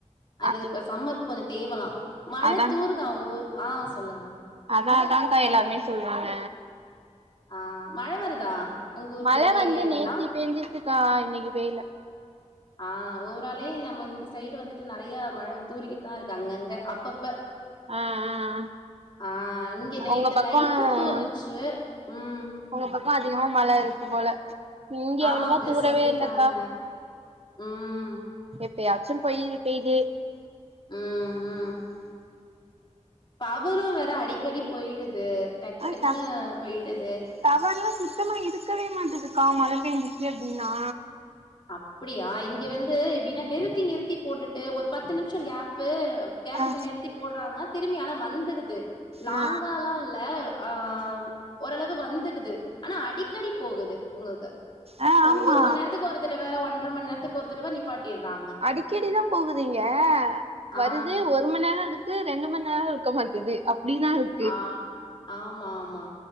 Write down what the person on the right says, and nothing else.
அ
அதா
அதா அதாங் கா எல்லாருமே சொல்றாங்க
மழ
வந்து
நேத்தி பேஞ்சிச்சுக்கா இன்னிக்கு பெய்ல
ஆ ஆ ஆ
உங்க பக்கோ
உங்க பக்கோ அதிகமா மழ இருக்கு போல இங்க
அவ்ளவா
தூரவே
இல்லக்கா
எப்பயாச்சு பொய் பெய்து
ஆ
ட
டவர்லா சுத்தமா இருக்கவே மாட்டதுக்கா மழ பேஞ்சிச்சி அப்டினா
ஆ
ஆ
ஆ
ஆமா
அடிக்கடி தா போகுது இங்க வருது
ஒரு மண் நேரோ இருக்குத் து ரெண்டு மண் நேரோ இருக்க மாட்டுது அப்டிதா இருக்